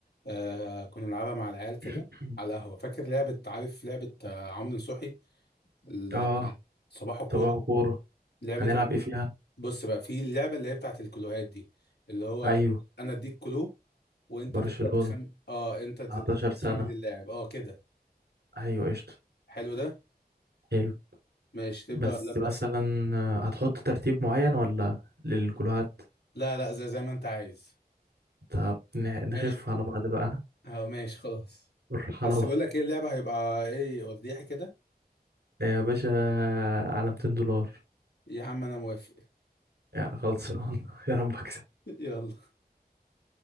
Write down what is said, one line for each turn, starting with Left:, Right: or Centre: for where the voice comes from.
Left: آه كنا بنلعبها مع العيال كده
Right: <clears throat>
Left: على القهوه فاكر لعبه عارف لعبه آه عمرو نصوحي ال-
Right: اه
Left: صباح كوره
Right: صباح كورة
Left: لعبه
Right: هنلعب
Left: ال...
Right: ايه فيها
Left: بص بقى في اللعبه اللي هي بتاعت الكلوهات دي اللي هو
Right: ايوه
Left: انا اديك كلو وانت
Right: برشلونة
Left: تبدا تخمن اه انت انت
Right: 19
Left: تخمن
Right: سنة
Left: اللاعب اه كده
Right: ايوه قشطة
Left: حلو ده
Right: حلو
Left: ماشي تبدأ
Right: بس
Left: ولا أبدأ؟
Right: مثلا آه، هتحط ترتيب معين ولا للكلوهات
Left: لا لا زي زي ما أنت عايز
Right: طب ن- نخف
Left: ماشي
Right: على بعض بقى
Left: اه ماشي خلاص
Right: نروح
Left: بس
Right: على بعض
Left: بقول لك ايه اللعبة هيبقى ايه وفضيحي كده
Right: يا باشا على 200 دولار
Left: يا عم أنا موافق
Right: يعني خلصان <laughs> يا رب اكسب
Left: <laughs> يلا